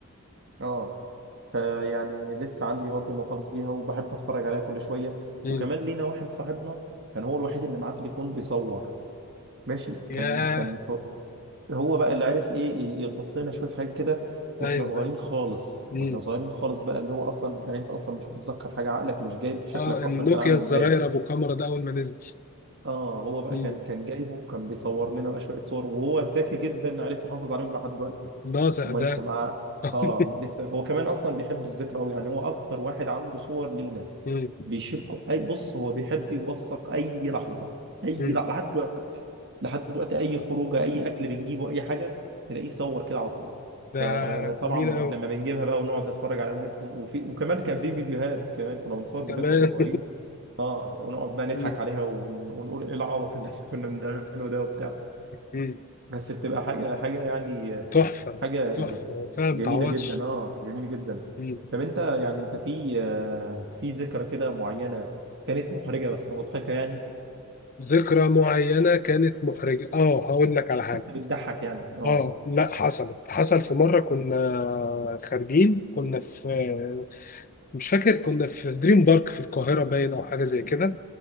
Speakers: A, on the right; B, on the left.
A: اه فيعني لسه عندي برضه محتفظ بيها وبحب أتفرج عليها كل شوية
B: مم.
A: وكمان لينا واحد صاحبنا كان هو الوحيد اللي معاه تليفون بيصور ماشي
B: ياه
A: كان كان ف- هو بقى اللي عارف ايه ي- يلقط لنا شويه حاجات كده واحنا
B: ايوه
A: صغيرين
B: ايوه
A: خالص
B: مم.
A: واحنا صغيرين خالص بقى اللي هو اصلا يعني انت اصلا مش متذكر حاجه عقلك مش جايب شكلك
B: اه
A: اصلا
B: النوكيا
A: كان عامل
B: الزراير
A: ازاي
B: ابو كاميرا ده اول ما نزل
A: اه هو بقى
B: مم.
A: كان كان جايبه وكان بيصور لنا بقى شويه صور وهو ذكي جدا عارف يحافظ عليهم لحد دلوقتي
B: ناصح
A: هما
B: ده
A: لسه معاه
B: <laughs>
A: اه لسه هو كمان اصلا بيحب الذكرى قوي يعني هو اكتر واحد عنده صور لينا
B: مم.
A: بيشاركوا اي بص هو بيحب يوثق اي لحظه اي
B: مم.
A: لحظة. لحد دلوقتي لحد دلوقتي اي خروجه اي اكل بنجيبه اي حاجه تلاقيه صور كده على طول
B: ده
A: فطبعا
B: جميل
A: بن-
B: قوي
A: لما بنجيبها بقى ونقعد نتفرج عليها ونت- وفي وكمان كان في فيديوهات كمان كنا بنصور فيديوهات
B: كمان
A: واحنا صغيرين اه ونقعد بقى نضحك
B: <laughs> مم.
A: عليها ون- ونقول ايه العبط اللي <laughs> كنا بنعمله ده وبتاع
B: مم.
A: بس بتبقى حاجه حاجه يعني
B: تحفة
A: حاجه
B: تحفة فعلا متعوضش
A: جميلة جدا اه جميلة جدا
B: مم.
A: طب انت يعني انت في آه، في ذكرى كده معينة كانت محرجة بس مضحكة يعني
B: ذكرى معينة كانت محرجة اه هقول لك على حاجة
A: بس بتضحك يعني اه
B: اه لا حصلت حصل في مرة كنا خارجين كنا في مش فاكر كنا في دريم بارك في القاهرة باين أو حاجة زي كده